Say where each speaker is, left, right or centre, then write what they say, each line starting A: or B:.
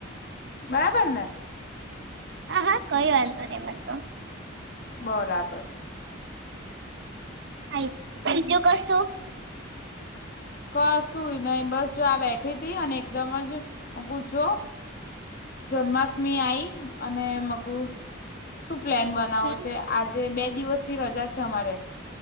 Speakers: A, on the left (about 45°); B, on the right (about 55°).
A: બરાબર ને.
B: હા હા કઈ વાંધો નહી મનેતો
A: બરાબર.
B: હમ બીજું કશું
A: ક સુું નહી બસ જો આ બેઠી હતીથી અને એકદમ જ મો કુંજો જન્માષ્ટમી આઈ અને મકું શું પ્લેન બનાવો
B: હમ
A: છે આજે બે દિવસની રજા છે અમારે